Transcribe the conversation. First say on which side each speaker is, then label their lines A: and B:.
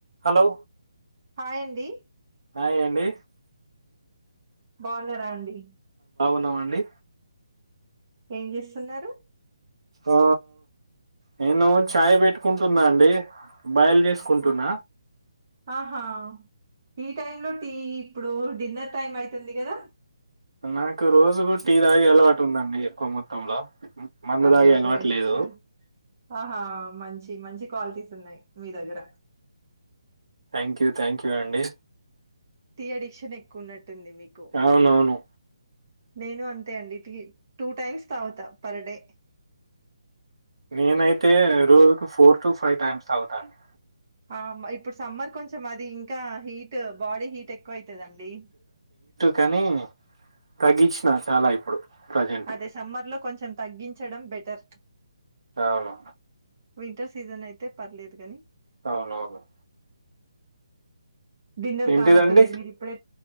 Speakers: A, on the right; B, on the right.
A: Hello
B: హాయండి
A: hi అండి
B: బావున్నరా అండి
A: బాగున్నామండి
B: ఏం జేస్తున్నారు
A: ఆ నేను చాయ్ పెట్టుకుంటున్నా అండి బాయిల్ జేస్కుంటున్న
B: ఆ ఆహా ఈ టైమ్ లో టీ ఇప్పుడు డిన్నర్ టైం ఐతుంది కదా
A: నాకు రోజు టీ తాగే అలవాటు ఉందండి ఎక్కో మొత్తంలో మందుదాగే
B: అదే అదే
A: అలవట్లేదు
B: అడిక్షన్. ఆహా మంచి మంచి క్వాలిటీస్ ఉన్నాయ్ మీ దగ్గర
A: థ్యాంక్ యూ థ్యాంక్ యూ అండి
B: టీ అడిక్షన్ ఎక్కువున్నట్టుంది మీకు
A: అవునవును
B: నేనూ అంతే అండి టీ టూ టైమ్స్ తాగుతా పర్ డే
A: నేనైతే రోజుకు ఫోర్ టు ఫైవ్ టైమ్స్ అవుతాండి
B: ఆ! ఇప్పుడు సమ్మర్ కొంచెం అది ఇంకా హీట్ బాడీ హీట్ ఎక్కువ ఐతదండి
A: కాని తగ్గిచినా చాలా ఇప్పుడు ప్రజెంట్
B: అదే సమ్మర్ లో కొంచెం తగ్గించడం బెటర్
A: అవును
B: వింటర్ సీజన్ అయితే పర్లేదుగని
A: అవునవును
B: డిన్నర్
A: ఏంటిదండి
B: కానట్టుంది మీరు ఇప్పుడే